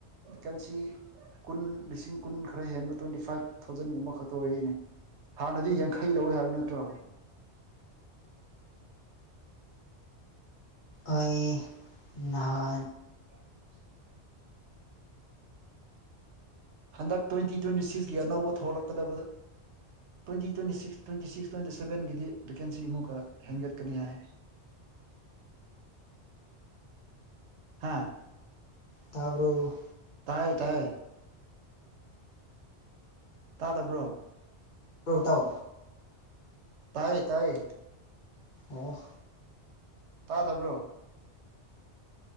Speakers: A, on the right; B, on the left.
A: ꯚꯦꯀꯦꯟꯁꯤ ꯀꯨꯟ ꯂꯤꯁꯤꯡ ꯀꯨꯟ ꯈꯔ ꯍꯦꯟꯕ ꯇ꯭ꯋꯦꯟꯇꯤ ꯐꯥꯏꯚ ꯊꯥꯎꯖꯟꯒꯨꯝꯕ ꯈꯛꯇ ꯑꯣꯏꯑꯦꯅꯦ꯫ ꯍꯥꯟꯅꯗꯤ ꯌꯥꯡꯈꯩ ꯂꯧꯏ ꯍꯥꯏꯕ ꯅꯠꯇ꯭ꯔꯣ?
B: ꯑꯩ ꯅꯍꯥꯟ
A: <inaudible> ꯍꯟꯗꯛ ꯇ꯭ꯋꯦꯟꯇꯤ ꯇ꯭ꯋꯦꯟꯇꯤ ꯁꯤꯛꯁꯀꯤ ꯑꯅꯧꯕ ꯊꯣꯛꯂꯛꯀꯗꯕꯗ twenty twenty six twenty six twenty ꯁꯚꯦꯟꯒꯤꯗꯤ ꯚꯦꯀꯦꯟꯁꯤ ꯑꯃꯨꯛꯀ ꯍꯦꯟꯒꯠꯀꯅꯤ ꯍꯥꯏ꯫ ꯍꯥ
B: ꯇꯥꯕ꯭ꯔꯣ?
A: ꯇꯥꯏꯌꯦ ꯇꯥꯏꯌꯦ ꯇꯥꯗꯕ꯭ꯔꯣ
B: ꯑꯧ ꯇꯥꯎ
A: ꯇꯥꯏꯌꯦ ꯇꯥꯏꯌꯦ
B: ꯑꯣꯍ‌ꯣ
A: ꯇꯥꯗꯕ꯭ꯔꯣ